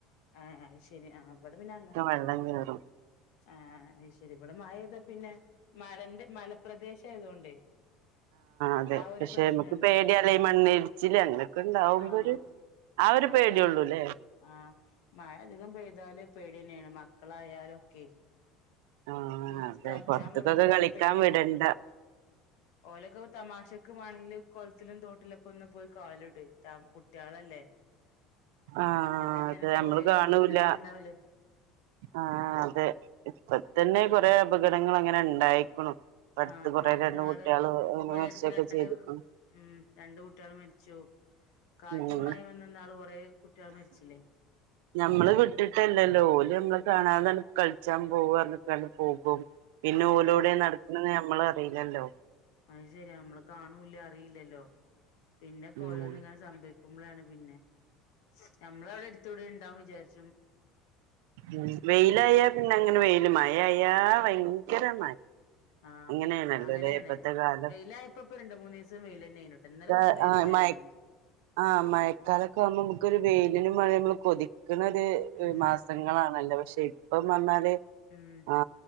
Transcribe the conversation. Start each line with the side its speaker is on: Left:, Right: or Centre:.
Left: ഏഹ് അത് ശെരിയാണ് ഇവിടെ പിന്നെ അങ്ങനെ.
Right: വെള്ളം കേറും
Left: ആഹ് അതു ശെരി ഇവിടെ മഴ പെയ്താൽ പിന്നെ മ മലന്റെ മലപ്രദേശം ആയതുകൊണ്ടേ.
Right: അതെ
Left: ആഹ് ഒരു
Right: പക്ഷെ
Left: പ്രശ്നമുണ്ട്,
Right: നമുക്ക് പേടിയാല്ലേ ഈ മണ്ണിടിച്ചില് അങ്ങനൊക്കെ ഇണ്ടാവുമ്പോ
Left: ആഹ്
Right: ഒരു ആ ഒരു
Left: മഴ
Right: പേടിയൊള്ളൂല്ലേ
Left: അധി ആഹ് മഴ അധികം പെയ്താലും പേടി തന്നെയാണ് മക്കളായാലും. ക്കെ
Right: ആഹ്
Left: ഉം
Right: അതെ
Left: കളിച്ചാൻ
Right: പൊറത്ത്ക്കൊക്കെ
Left: വിടുമ്പോഴൊക്കെ
Right: കളിക്കാൻ
Left: പേടിയാണ്
Right: വിടണ്ട
Left: ഓലൊക്കെ തമാശ. നിനക്ക് വേണമെങ്കിൽ കുളത്തിലും തോട്ടിലൊക്കെ ഒന്ന് പോയി കാലിട് താൻ കുട്ടികളല്ലേ.
Right: ആഹ് ആഹ്
Left: അങ്ങനെ തന്നെ
Right: അതെ നമ്മള്
Left: കൊറേ
Right: കാണൂല്ല
Left: അപകടങ്ങൾ ഉണ്ടാവല്
Right: ആഹ് ആഹ് അതെ. ഇപ്പ തന്നെ കൊറേ അപകടങ്ങള് അങ്ങനെ ഇണ്ടായിക്ക്ണു. ഇപ്പട്ത്ത്
Left: ആ ഇപ്പ
Right: കൊറേ
Left: അട്ത്ത്
Right: രണ്ട്
Left: ഇന്നാള്
Right: കുട്ട്യാള് അങ്ങനെ
Left: ഇവിടെ
Right: മരിച്ചൊക്കെ
Left: അട്ത്ത് രണ്ട്
Right: ചെയ്ത്ക്ക്ണു
Left: ഉം രണ്ട് കുട്ടിള് മരിച്ചു കാറ്റും
Right: ഏഹ്
Left: മഴയും വന്നന്നാള് കൊറേ കുട്ടികൾ മരിച്ചില്ലേ
Right: ഞമ്മള് വിട്ട്ട്ടല്ലല്ലോ ഓല് നമ്മള് കാണാതണ് കൾച്ചാൻ പോവ്ർഞ്ഞ്ക്കാണ്ട് പോകും. പിന്നെ
Left: ഉം
Right: ഓല് ഓടെ നടക്ക്ണ്ന്ന് നമ്മ നമ്മള് അറിയില്ലല്ലോ
Left: അത് ശരിയാ നമ്മള് കാണൂല്ല അറിയില്ലല്ലോ പിന്നെ കോയന്ന്
Right: ഉം
Left: ഇങ്ങനെ സംഭവ <unintelligible> പിന്നെ നമ്മളവിടെടുത്ത് ത്തൂടെ ഉണ്ടാവന്ന് വിചാരിച്ചു
Right: ഉ വെയിലയാ പിന്നെ അങ്ങനെ വെയി ഇ മായ അയാ ഭയങ്കര മ
Left: ആഹ്
Right: അങ്ങനെയണല്ലോ
Left: അങ്ങനെയാണ്
Right: ഇപ്പത്തെ കാലം
Left: വെയിലായപ്പോ ഇപ്പ രണ്ട് മൂന്ന് ദിവസം വെയിൽ തന്നെയായിനുട്ടോ ഇന്നലെ
Right: ആആമഴകാല
Left: ചെറിയൊരു മഴ ഉള്ളേന്
Right: ആ മഴക്കാലൊക്കെ ആവുമ്പോ നമുക്കൊരു വെയിലിനും മഴ നമ്മള് കൊതി കിട്ടുന്നത്
Left: ഉം
Right: ഒരു മാസങ്ങളാണല്ല പക്ഷെ ഇപ്പം വഞ്ഞാല്
Left: ഉം
Right: ആ